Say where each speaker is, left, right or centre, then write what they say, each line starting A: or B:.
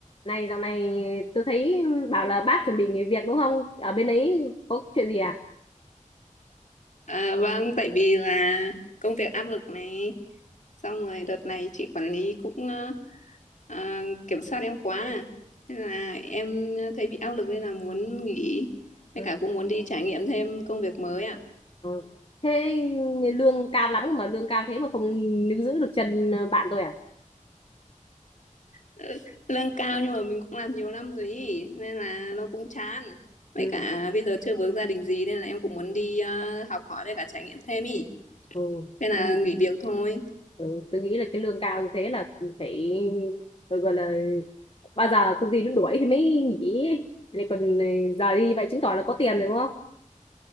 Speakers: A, on the left; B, on the left.
A: Này dạo này tôi thấy bảo là bác chuẩn bị nghỉ việc đúng không? Ở bên ấy có chuyện gì à?
B: À, vâng, tại vì là công việc áp lực này, xong rồi đợt này chị quản lý cũng ờ, ờ, kiểm soát em quá, à. nên là em thấy bị áp lực nên là muốn nghỉ, với
A: Ừ.
B: cả cũng muốn đi trải nghiệm thêm công việc mới ạ.
A: Ừ. Thế lương cao lắm mà lương cao thế mà không níu giữ được chân ờ, bạn tôi à?
B: Ừ, Lương cao nhưng mà mình cũng làm nhiều năm rồi ý, nên là nó cũng chán. Với
A: Ừ.
B: cả bây giờ chưa vướng gia đình gì nên là em cũng muốn đi ờ, học hỏi với cả trải nghiệm thêm ý,
A: Ừ.
B: nên là
A: Ừ.
B: nghỉ việc thôi.
A: Ừ. Tôi nghĩ là cái lương cao như thế là phải tôi gọi là bao giờ công ty nó đuổi thì mới nghỉ ấy. lại còn ờ, giờ đi vậy chứng tỏ là có tiền rồi đúng không?